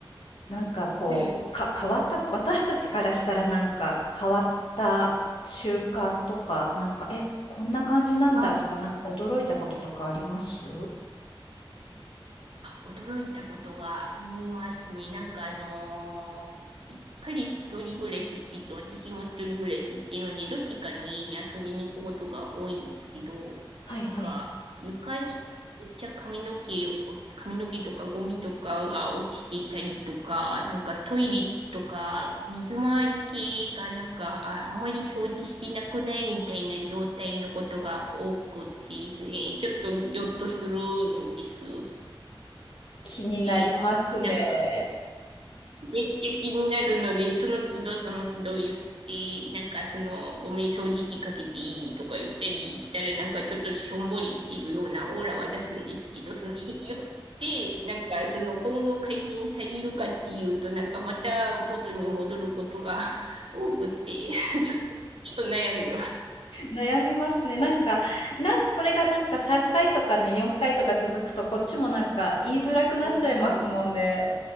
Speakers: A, on the left; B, on the right.
A: なんかこう、
B: はい。
A: か、変わった私たちからしたらなんか変わった習慣とか、なんか、え、こんな感じなんだとか、
B: <laughs> ああ。
A: なんか驚いたこととかあります
B: 驚いたことがありますね。なんかあのー彼一人暮らししてて、私も一人暮らししてるので、どっちかの家に遊びに行くことが多いんですけど、
A: はいはい。
B: なんか床にめっちゃ髪の毛を、髪の毛とかゴミとかが落ちてたりとか、なんかトイレとか水回り系がなんかあ、あんまり掃除してなくないみたいな状態のことが多くてですね、ちょっとギョッとするんです。
A: 気になりますね。
B: て、なんか、めっちゃ気になるので、その都度その都度言って、なんかその、ごめん、掃除機かけていいとか言ったりしたら、なんかちょっとしょんぼりしてるようなオーラは出すんですけど、その、い言って、なんかその、今後改善されるかっていうと、なんかまた元に戻ることが <laughs> 多くて、<laughs> ちょっと、ちょっと悩んでます。
A: 悩みますね。なんか、なんかそれがなんか3回とかね、4回とか続くと、こっちもなんか言いづらくなっちゃいますもんね。
B: うん